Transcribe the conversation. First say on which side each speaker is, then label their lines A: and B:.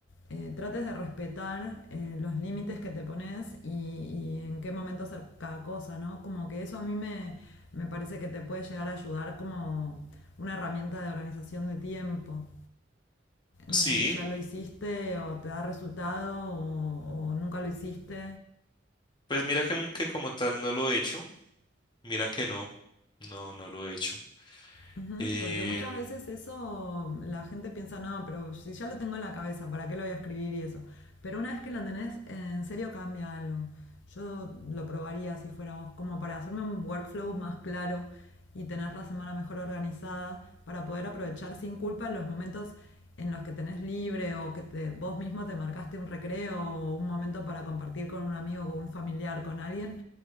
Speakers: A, on the left; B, on the left.
A: eh, trates de respetar eh, los límites que te pones y, y en qué momento hacer cada cosa, ¿no? Como que eso a mí me, me parece que te puede llegar a ayudar como una herramienta de organización de tiempo.
B: sí,
A: No sé si ya lo hiciste o te da resultado o, o nunca lo hiciste.
B: pues mira que, que como tal no lo he hecho, mira que no, no, no lo he hecho.
A: Ujú,
B: Em,
A: Porque muchas veces eso la gente piensa, no, pero si ya lo tengo en la cabeza, ¿para qué lo voy a escribir y eso? Pero una vez que la tenés, en serio cambia algo. Yo lo probaría si fuera vos, como para hacerme un workflow más claro y tener la semana mejor organizada, para poder aprovechar sin culpa los momentos en los que tenés libre o que te- vos mismo te marcaste un recreo o un momento para compartir con un amigo, con un familiar, con alguien